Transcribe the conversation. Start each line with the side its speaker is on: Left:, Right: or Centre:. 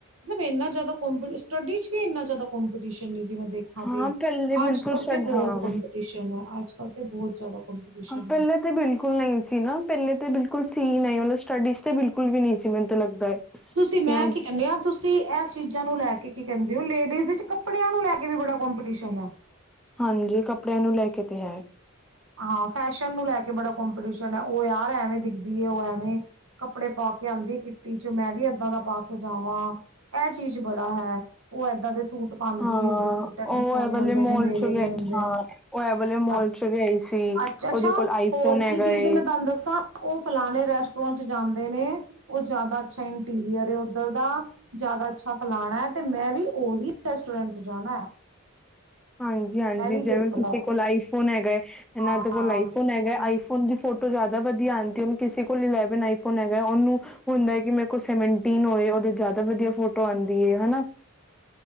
Right: ਮਤਲਬ ਇੰਨਾ ਜ਼ਿਆਦਾ ਕੰਪੀਟੀਸ਼ਨ। ਸਟੱਡੀ ਚ ਵੀ ਇੰਨਾ ਜ਼ਿਆਦਾ- ਕਪਟੀਸ਼ਨ ਨਹੀਂ ਜਿਵੇਂ ਦੇਖਾਂ
Centre: ਹਾਂ
Right: ਤੇ
Centre: ਪਹਿਲੇ ਬਿਲਕੁਲ
Right: ਅੱਜ ਕਲ੍ਹ
Centre: ਸਡ
Right: ਤੇ ਬਹੁਤ
Centre: ਹਾਂ
Right: ਕੰਪੀਟੀਸ਼ਨ ਐ। ਅੱਜ ਕਲ ਤੇ ਬਹੁਤ ਜ਼ਿਆਦਾ ਕੰਪੀਟੀਸ਼ਨ
Centre: ਪਹਿਲੇ
Right: ਐ।
Centre: ਤੇ ਬਿਲਕੁਲ ਨਹੀਂ ਸੀ ਨਾ ਪਹਿਲੇ ਤੇ ਬਿਲਕੁਲ ਸੀ ਨਹੀਂ। ਸਟੱਡੀਜ਼ ਤੇ ਬਿਲਕੁਲ ਵੀ ਨਹੀਂ ਸੀ ਮੈਨੂੰ ਤਾਂ ਲੱਗਦਾ ਹੈ
Right: ਤੁਸੀਂ ਮੈਂ
Centre: ਕਿ
Right: ਕੀ ਕਹਿੰਦੇ ਆ ਤੁਸੀਂ ਇਸ ਚੀਜ਼ਾਂ ਨੂੰ ਲੈ ਕੇ ਕੀ ਕਿਹਦੇ ਉ ਲੇਡੀਜ਼ ਚ' ਕੱਪੜਿਆਂ ਨੂੰ ਲੈ ਕੇ ਵੀ ਬੜਾ ਕਪੀਟੀਸ਼ਨ ਏ
Centre: ਹਾਂਜੀ, ਕੱਪੜਿਆਂ ਨੂੰ ਲੈ ਕੇ ਤੇ ਹੈ
Right: ਹਾਂ, ਫੈਸ਼ਨ ਨੂੰ ਲੈ ਕੇ ਬੜਾ ਕੰਪੀਟੀਸ਼ਨ ਹੈ ਉਹ ਯਾਰ ਐਵੇਂ ਦਿਖਦੀ ਹੈ ਉਹ ਐਵੇਂ, ਕੱਪੜੇ ਪਾ ਕੇ ਆਉਂਦੀ ਕਿੱਟੀ ਚ' ਮੈਂ ਵੀ ਏਦਾਂ ਦਾ ਪਾ ਕੇ ਜਾਵਾਂ ਇਹ ਚੀਜ਼ ਬੜਾ ਹੈ ਉਹ ਏਦਾਂ ਦੇ ਸੂਟ ਪਾਉਂਦੀ
Centre: ਹਾਂ,
Right: ਉਹਦੇ ਸੂਟ ਇੰਨੇ
Centre: ਉਹ
Right: ਸੋਹਣੇ
Centre: ਏ ਵਾਲੇ
Right: ਹੁੰਦੇ
Centre: ਮੋਲ
Right: ਨੇ ਮੇਰੇ
Centre: ਚੋਂ ਲਿਆਈ,
Right: ਨੀ ਹੁੰਦੇ
Centre: ਹਾਂ ਉਹ ਏ ਵਾਲੇ
Right: ਬਸ
Centre: ਮੋਲ ਚੋਂ ਲਿਆਈ ਸੀ
Right: ਅੱਛਾ, ਅੱਛਾ
Centre: ਉਹਦੇ ਕੋਲ ਆਈਫੋਨ
Right: ਹੋਰ
Centre: ਹੈਗਾ
Right: ਕੀ ਚੀਜ਼
Centre: ਏ
Right: ਹੈ ਮੈਂ ਤੁਹਾਨੂੰ ਦੱਸਾਂ ਉਹ ਫਲਾਣੇਂ ਰੈਸਟੋਰੈਂਟ ਚ' ਜਾਂਦੇ ਨੇ ਉਹ ਜ਼ਿਆਦਾ ਅੱਛਾ ਇੰਟੀਰੀਅਰ ਏ ਉੱਧਰ ਦਾ ਜ਼ਿਆਦਾ ਅੱਛਾ ਆ ਫਲਾਂਣਾ ਹੈ ਤੇ ਮੈਂ ਵੀ ਉਹੀ ਰੈਸਟੋਰੈਂਟ ਜਾਣਾ ਹੈ
Centre: ਹਾਂਜੀ, ਹਾਂਜੀ
Right: ਮੈਂ ਵੀ
Centre: ਜਿਵੇਂ
Right: ਦੇਖ
Centre: ਤੁਸੀਂ
Right: ਲ
Centre: ਕੋਲ ਆਈਫੋਨ ਏ ਹੈਗਾ ਇਹਨਾਂ
Right: ਹਾਂ
Centre: ਦੇ ਕੋਲ ਆਈਫੋਨ
Right: ਬਿਲਕੁਲ
Centre: ਹੈਗਾ, ਆਈਫੋਨ ਦੀ ਫੋਟੋ ਜ਼ਿਆਦਾ ਵਧੀਆ ਆਉਂਦੀ ਹੁਣ ਕਿਸੇ ਕੋਲ ਇਲੇਵਨ ਆਈਫੋਨ ਹੈਗਾ, ਉਹਨੂੰ ਹੁੰਦਾ ਹੈ ਕਿ ਮੇਰੇ ਕੋਲ ਸੈਂਵਨਟਿਨ ਹੋਵੇ ਉਹਦੇ ਚ' ਜਿਆਦਾ ਵਧੀਆ ਫੋਟੋਂ ਆਂਦੀ ਹੈ, ਹੈਨਾ